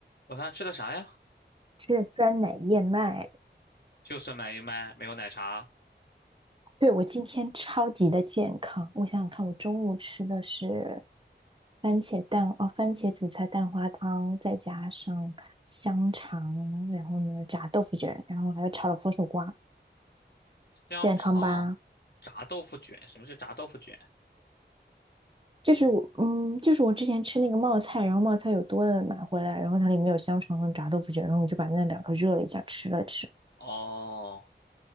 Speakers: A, on the left; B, on the right.
A: 晚饭吃的啥呀？
B: 吃了酸奶燕麦。
A: 就酸奶燕麦，没有奶茶，
B: 对，我今天超级的健康，我想想看，我中午吃的是番茄蛋哦，番茄紫菜蛋花汤，再加上香肠，然后呢炸豆腐卷，然后还有炒了佛手瓜，
A: 香肠，
B: 健康吧？
A: 炸豆腐卷。什么是炸豆腐卷？
B: 就是我嗯，就是我之前吃那个冒菜，然后冒菜有多的买回来，然后它里面有香肠和炸豆腐卷，然后我就把那两个热了一下吃了吃。
A: 哦，